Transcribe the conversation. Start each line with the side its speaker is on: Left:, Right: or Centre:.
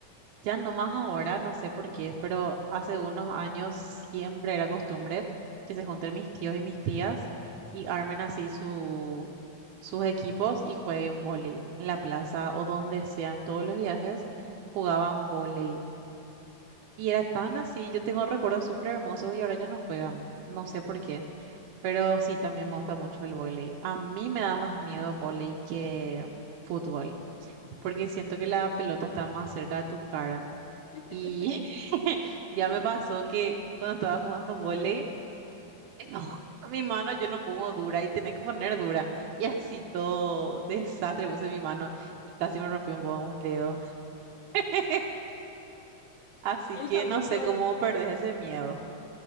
Right: Ya nomás ahora, no sé por qué, pero hace unos años siempre era costumbre que se junten mis tíos y mis tías y armen así su, sus equipos y jueguen vóley en la plaza o donde sean todos los viajes, jugaban vóley. Y era tan así, yo tengo recuerdos súper hermosos y ahora ya no juegan, no sé por qué. Pero sí, también me gusta mucho el vóley. A mí me da más miedo vóley que fútbol, porque siento que la pelota está más cerca de tu cara.
Left: <laughs>
Right: Y <laughs> ya me pasó que cuando estaba jugando volei, no, <laughs> mi mano yo no pongo dura y tenés que poner dura. Y así todo desastre puse mi mano y casi me rompió un, po- un dedo. <laughs> Así
Left: El
Right: que
Left: famoso,
Right: no sé cómo perdés ese miedo.